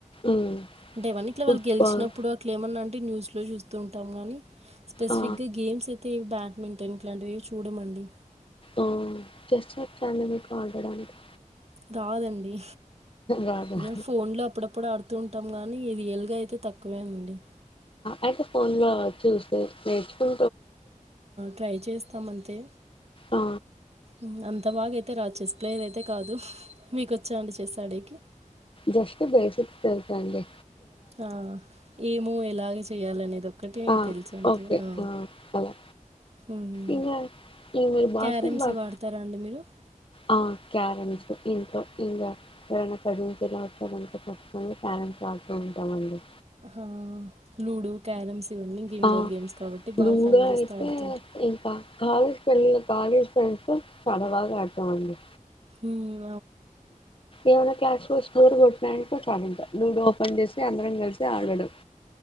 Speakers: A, on the left; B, on the right.
A: ఉమ్,
B: అంటే వన్న ఇట్లా
A: ఫుట్బాల్
B: వాళ్ళు గెలిచినప్పుడు అట్లే ఏమన్నా అంటే న్యూస్ లో చూస్తూ ఉంటాం గానీ స్పెసిఫిక్గా
A: ఆ
B: గేమ్స్ ఎత్ ఇ బ్యాడ్మింటన్ ఇట్లాంటివి చూడమండి.
A: అ చేస్టుమెట్ అండి మీకు అడడానికి
B: కాదండి.
A: రాదా
B: మీరు ఫోన్లో అపుడప్పుడు ఆడు ఉంటాం గానీ ఇది ఎలుగు అయితే తక్కువేనండి.
A: అయితే ఫోన్ లో చూసే నేర్చుకొ
B: ట్రై చేస్తాం అంతే
A: ఆ
B: ఉమ్, అంత బగ అయితే రాదు, చెస్ ప్లేయర్ అయితే కాదు. మీకొచ్చాండి చెస్ అడేకి
A: జస్ట్ బేసిక్ తెలుసు అండి.
B: ఆ ఏమో ఎలాగ చేయాలనేది ఒకటి ఇవి
A: ఆ
B: తెలుసు అంతే
A: ఓకే
B: అ
A: ఆ అలా
B: ఉమ్
A: ఇంగా ఇంగ మీరు బాస్కెట్
B: క్యారమ్స్
A: బాల్
B: ఇవి ఆడుతారా అండి మీరు.
A: ఆ క్యారమ్స్ ఇంట్లో ఇంకా ఎరైనా వత్తారు చూడు అవసరం వుంటే కొంతమంది క్యారెమ్స్ ఆడుతూ ఉంటామండి.
B: ఆ లూడు, క్యారమ్స్ ఇవన్నీ ఇంక ఇండోర్
A: ఆ
B: గేమ్స్ కాబట్టి
A: లూడో
B: బాగా ఫ్యామిలీస్తో
A: అయితే
B: ఆడుతుంటాం
A: ఇంకా కావు హ్మ్మ్ కాలేజ్ ఫైండ్స్ చాలా బాగా ఆడుతాం అండి
B: హ్మ్మ్
A: ఏవనా క్లాస్ రోజ్ బోరుకొట్టినాయ్ ఫామ్ ఇంకా లూడో ఓపెన్ చేసి అందరం కలిసి ఆడడం